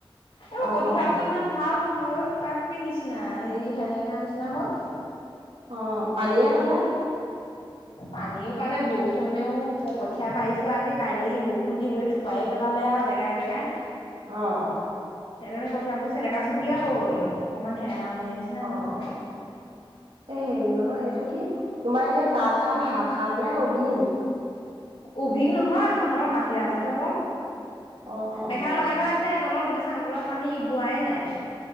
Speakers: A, on the left (about 70°); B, on the right (about 75°).
A: এইবোৰ
B: অ
A: কঠিয়াবোৰ
B: অ
A: ইমান ভাল নহয় অ কিবা কিবি নিচিনা হেৰি হেৰেঙা নিচিনা, কিনা হল।
B: অ পানীয়ে পালে।
A: পানীও পালে বৰষুণও কঠিয়া পাইিছো আজি কালি বৰষুণ দি গুট থোপায়ে পেলা হলে আও জেগাই জেগাই।
B: আহঁ
A: সেইকাৰণে কঠিয়াবোৰ চেলেকা চুবুৰীয়া হ'ল। অকমান হেৰা নামৰি আনিছ না
B: অ
A: হ'ল
B: অ এই হেৰি নহয় এইটো কি, তোমাৰ এতিয়া তাঁত শাল, হাত শাল নে অভিন?
A: উভিং নহয়, হাতৰ মাটিৰ ৰাজতহে বও।
B: অ অ
A: মেখেলা লগাই থোৱা আছে, তলৰ গোটেই চাং তলত পানী বোৱাই নাই।